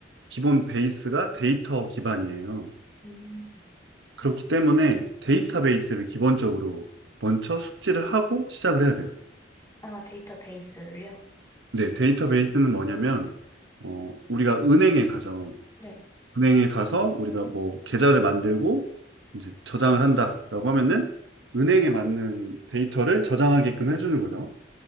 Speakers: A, on the right; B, on the left.
A: 기본 베이스가 데이터 기반이에요.
B: 음.
A: 그렇기 때문에 데이터베이스를 기본적으로 먼저 숙지를 하고 시작을 해야 돼요.
B: 아, 데이터베이스를요?
A: 네, 데이터베이스는
B: 음.
A: 뭐냐면, 어, 우리가 은행에 가죠.
B: 네.
A: 은행에 가서 우리가 뭐 계좌를 만들고 이제 저장을 한다라고 하면은 은행에 맞는 데이터를 저장하게끔 해주는 거죠.